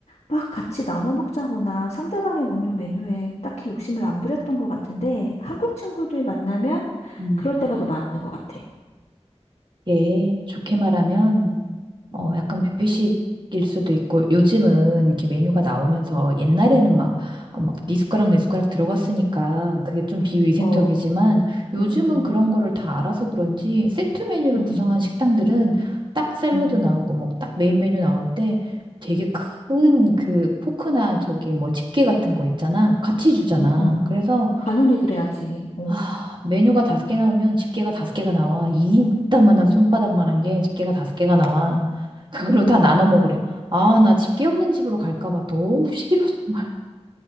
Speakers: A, on the left; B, on the right.
A: 막 같이 나눠 먹자거나 상대방이 먹는 메뉴에 딱히 욕심을 안 부렸던 것 같은데 한국 친구들 만나면
B: 음.
A: 그럴 때가 더 많은 것 같아.
B: 예 좋게 말하면 어,
A: 음,
B: 약간 뷔페식일 수도 있고, 요즘은 이렇게 메뉴가 나오면서
A: 음,
B: 옛날에는 막, 어, 막, 네 숟가락, 내 숟가락 들어갔으니까 그게 좀 비위생적이지만
A: 어,
B: 요즘은
A: 음, 음,
B: 그런 거를 다 알아서 그런지 세트 메뉴를
A: 음,
B: 구성한 식당들은 딱 샐러드
A: 음,
B: 나오고, 뭐, 딱 메인 메뉴 나올 때 되게 큰 그 포크나 저기 뭐 집게 같은 거 있잖아. 같이 주잖아.
A: 음, 음.
B: 그래서
A: 당연히 그래야지. 어,
B: 아, 메뉴가 다섯 개 나오면 집게가 다섯 개가 나와. 이 이따만한 손바닥만한 게 집게가 다섯 개가 나와. 그걸로
A: 음.
B: 다 나눠 먹으래. 아, 나 집게 없는 집으로 갈까 봐 너무 싫어, 정말.